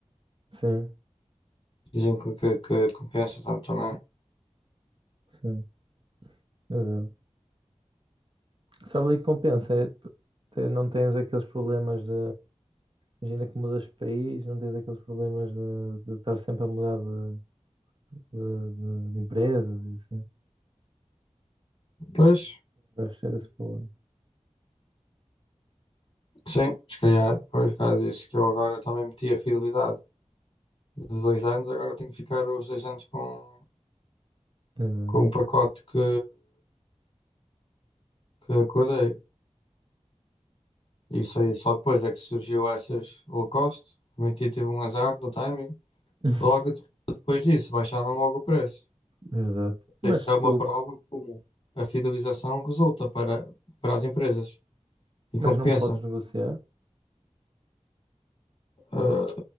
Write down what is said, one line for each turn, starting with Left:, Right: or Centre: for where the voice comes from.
Right: sim,
Left: Dizem que, que, que compensa tanto também.
Right: sim, exato. Só ali que compensa, é, te- não tens aqueles problemas de. Imagina que mudas de país, não tens aqueles problemas de, de estar sempre a mudar de, de, de- de empresas e assim.
Left: Pois,
Right: Deve ser esse problema.
Left: sim, se calhar, por causa disso que eu agora também meti a fidelidade de dois anos, agora tenho que ficar os dois anos com.
Right: Exato.
Left: com o pacote que, que acordei. Isso aí só depois é que surgiu essas Lacoste. Também tive tive um azar no timing.
Right: <laughs>
Left: Logo de- depois disso, baixaram logo o preço.
Right: Exato. Mas
Left: Isso é uma
Right: tu,
Left: prova como a fidelização resulta para, para as empresas. E
Right: Mas
Left: compensa.
Right: não podes negociar.
Left: Ah,